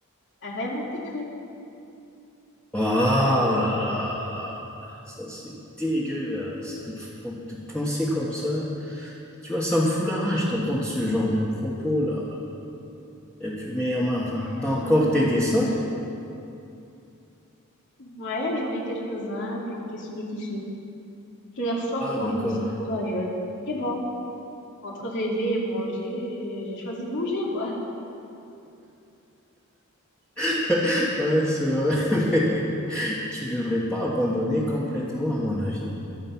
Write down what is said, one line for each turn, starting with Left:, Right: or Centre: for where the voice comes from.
Left: rêve enterré.
Centre: Oh là là, là. ça c'est dégueulasse de, de penser comme ça. Tu vois, ça me fout la rage d'entendre ce genre de propos là. Et puis, mais enfin,
Left: Ouais,
Centre: enfin, t'as encore
Left: vraiment,
Centre: t'aider
Left: hein.
Centre: ça?
Left: Ouais, j'en ai quelques-uns planqués sous des tissus. Je les ressors
Centre: Ah
Left: quand
Centre: d'accord.
Left: je me sens courageux. Et bon, entre rêver et manger, j'ai choisi de manger, quoi.
Centre: <laughs> Ouais, c'est vrai, <laughs> mais tu devrais pas abandonner complètement, à mon avis.